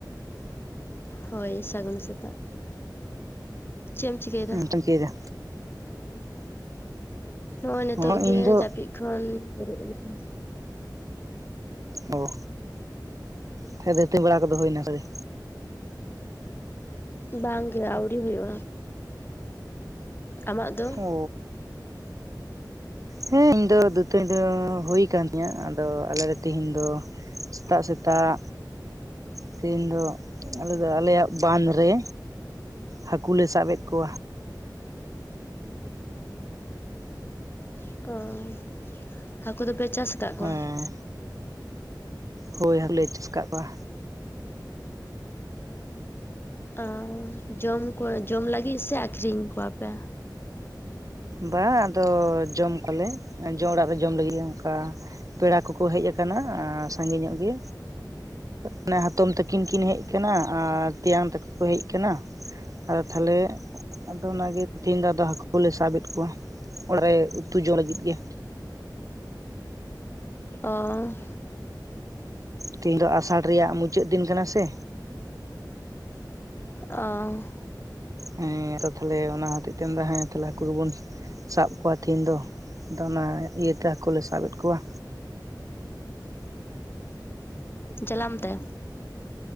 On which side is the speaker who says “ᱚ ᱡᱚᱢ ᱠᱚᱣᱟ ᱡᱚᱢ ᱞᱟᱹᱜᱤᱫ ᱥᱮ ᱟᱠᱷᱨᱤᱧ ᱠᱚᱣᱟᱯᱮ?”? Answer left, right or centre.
Left